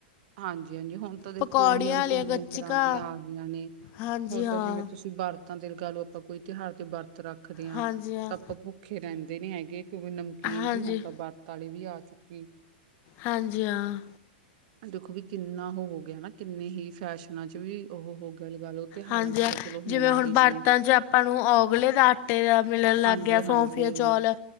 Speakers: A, on the right (about 55°); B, on the left (about 35°).
A: ਹਾਂਜੀ ਹਾਂਜੀ ਹੁਣ ਤਾਂ ਦੇਖੋ
B: ਪਕੌੜੀਆਂ
A: ਉਹੀ ਵੀ
B: ਆਲੀਆਂ
A: ਕਿੰਨੀਆਂ
B: ਗੱਚਕਾਂ
A: ਤਰ੍ਹਾਂ ਦੀਆਂ ਆ ਗਈਆਂ ਨੇ
B: ਹਾਂਜੀ
A: ਹੁਣ
B: ਹਾਂ,
A: ਜਿਵੇਂ ਤੁਸੀਂ ਵਰਤਾਂ ਤੇ ਲਗਾ ਲਓ ਆਪਾਂ ਕੋਈ ਤਿਉਹਾਰ ਤੇ ਵਰਤ ਰੱਖਦੇ ਹਾਂ
B: ਹਾਂਜੀ ਹਾਂ,
A: ਤਾਂ ਆਪਾਂ ਭੁੱਖੇ ਰਹਿੰਦੇ ਨੀ ਹੈਗੇ ਕਿਉਂਕਿ ਨਮਕੀਨ
B: ਹਾਂਜੀ।
A: ਵੀ ਹੁਣ ਤਾਂ ਵ ਰਤ ਵਾਲੀ ਵੀ ਆ ਚੁੱਕੀ।
B: ਹਾਂਜੀ ਹਾਂ।
A: ਦੇਖੋ ਵੀ ਕਿੰਨਾ ਉਹ ਹੋ ਗਿਆ ਨਾ ਕਿੰਨੇ ਹੀ ਫੈਸ਼ਨਾਂ 'ਚ' ਵੀ ਉਹ ਹੋ ਗਿਆ ਲਗਾ ਲਓ ਤਿਉਹਾਰਾਂ
B: ਹਾਂਜੀ
A: ਚ
B: ਹਾਂ,
A: ਤਾਂ ਚਲੋ ਹੋਣਾ
B: ਜਿਵੇਂ ਹੁਣ
A: ਹੀ
B: ਵਰਤਾ
A: ਸੀ
B: ਚ ਆਪਾਂ ਨੂੰ ਔਗਲੇ ਦਾ ਟੇ ਦਾ ਮਿਲਣ ਲੱਗ
A: ਹਾਂਜੀ
B: ਗਿਆ ਸੌਫੀਆ
A: ਹਾਂਜੀ
B: ਚੌਲ